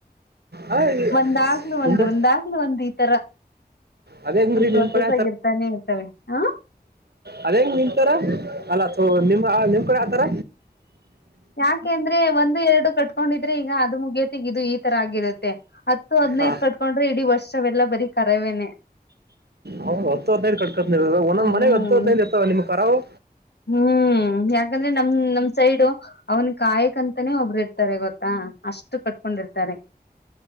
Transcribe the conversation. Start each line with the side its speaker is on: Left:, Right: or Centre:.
Right: ಆ, ಈ-
Left: ಒಂದಾಗ್ಲುೂ
Right: ತುಂಬಾ
Left: ಒಂದು ಒಂದಾಗ್ಲು ಒಂದು ಎ ತರ
Right: ಅದೇ ಹೆಂಗ್ರಿ
Left: ಪ್ರೊಸೆಸ್
Right: ನಿಮ್ ಕಡೆ
Left: ಆಗಿರ್ತಾನೆ ಇರ್ತವೆ ಹ
Right: ಅದ ಹೆಂಗ್ ನಿಂತಾರ ಅಲ್ಲ ತು ನಿಮ್ಮ ನಿಮ್ ಕಡೆ ಹತಾರ
Left: ಯಾಕೆಂದ್ರೆ ಒಂದು ಎರಡು ಕಟ್ಕೊಂಡಿದ್ರೆ ಈಗ ಅದು ಮುಗಯೋತ್ತಿ ಇದು ಈ ತರ ಆಗಿರುತ್ತೆ ಹತ್ತು ಹದ್ನೈದು
Right: ಹಾ
Left: ಕಟ್ಕೊಂಡ್ರೆ ಇಡೀ ವರ್ಷವೆಲ್ಲ ಬರೀ ಕರಾವೇನನೆ
Right: ಹ್ ಹತ್ತು ಹದನೈದು ಕಡ್ಕ ಒಂದೊಂದ
Left: ಹ್ಮ್
Right: ಮನೆಗ್ ಹತ್ತು ಹದ್ೈ್ ಇರ್ತಾವ ನಿಮ್ ಕರಾವು
Left: ಹ್ಮ್ ಯಾಕಂದ್ರೆ ನಮ ನಮ್ ಸೈಡು ಅವ್ನ್ ಕಾಯಕ್ಂತ ತ್ತನೇ ಒಬ್ಬರು ಇರ್ತಾರೆ ಗೊತ್ತಾ ಅಷ್ಟು ಕಟ್ಕೊಂಡಿರ್ತಾರೆ